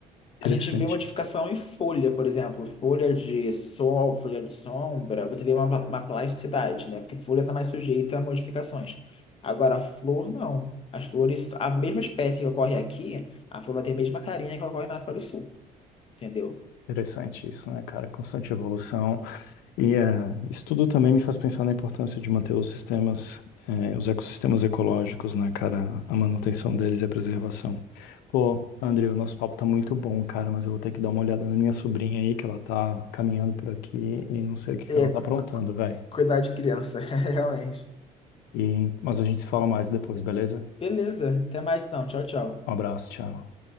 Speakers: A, on the left; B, on the left.
A: A
B: Interessante.
A: gente vê modificação em folha, por exemplo, folha de sol, folha de sombra, você vê uma, uma plasticidade, né? Porque folha está mais sujeita a modificações. Agora, flor, não. As flores, a mesma espécie que ocorre aqui, a flor vai ter a mesma carinha que ocorre na África do Sul, entendeu?
B: Interessante isso, né, cara? Constante evolução. E eh, isso tudo também me faz pensar na importância de manter os sistemas, eh, os ecossistemas ecológicos, né, cara? A manutenção deles e a preservação. Pô, André, o nosso papo tá muito bom, cara, mas eu vou ter que dar uma olhada na minha sobrinha aí, que ela tá caminhando por aqui e não sei o que
A: É,
B: que ela tá
A: cu-
B: aprontando,
A: cu-
B: velho.
A: cuidar de criança, <laughs> realmente.
B: E, mas a gente se fala mais depois, beleza?
A: Beleza, até mais então. Tchau, tchau.
B: Um abraço, tchau.